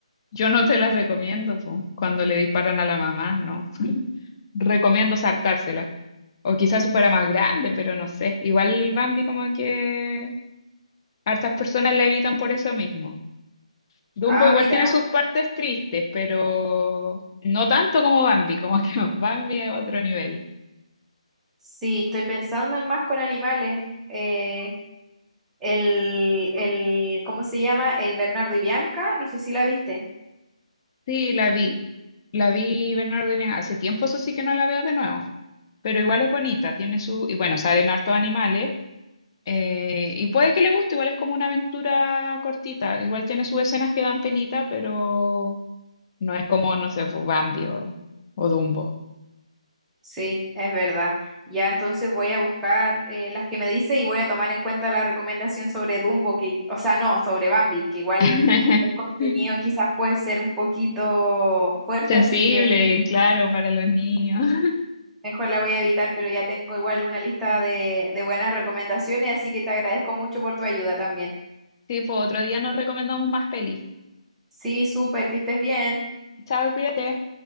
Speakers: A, on the left; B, in the centre.
A: Yo no te las recomiendo, po, cuando le disparan a la mamá, no. <laughs> Recomiendo saltárselas. O quizás si fuera más grande, pero no sé. Igual Bambi como que hartas personas la evitan por eso mismo. Dumbo
B: Ah,
A: igual
B: mira,
A: tiene sus partes tristes, pero no tanto como Bambi, como que <laughs> Bambi es otro nivel.
B: sí, estoy pensando en más con animales. Eh, el, el, ¿cómo se llama? El Bernardo y Bianca, no sé si la viste.
A: Sí, la vi. La vi Bernardo y Bianca. Hace tiempo eso sí que no la veo de nuevo, pero igual es bonita, tiene su... Y bueno, salen hartos animales eh, y puede que le guste, igual es como una aventura cortita, igual tiene sus escenas que dan penita, pero no es como, no sé, pues, Bambi o, o Dumbo.
B: Sí, es verdad. Ya entonces voy a buscar eh, las que me dice y voy a tomar en cuenta la recomendación sobre Dumbo, que, o sea, no, sobre Bambi, que igual
A: <laughs>
B: el contenido quizás puede ser un poquito fuerte,
A: Sensible,
B: así que
A: claro, para los niños. <laughs>
B: mejor la voy a evitar, pero ya tengo igual una lista de, de buenas recomendaciones, así que te agradezco mucho por tu ayuda también.
A: Sí, pues otro día nos recomendamos más pelis.
B: Sí, súper, que estés bien.
A: Chao, cuídate.